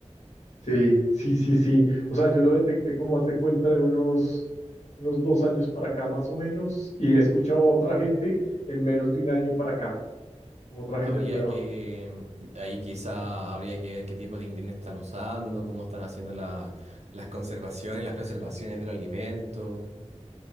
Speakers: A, on the left; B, on the right.
A: Sí, sí, sí, sí. O sea, yo lo detecté como haz de cuenta de unos, unos dos años para acá más o menos y he escuchado a otra gente en menos de un año para acá, como otra gente
B: Habría
A: nueva.
B: que, ahí quizá habría que ver qué tipo de ingredientes están usando, cómo están haciendo la- las conservaciones, las preservaciones del alimento.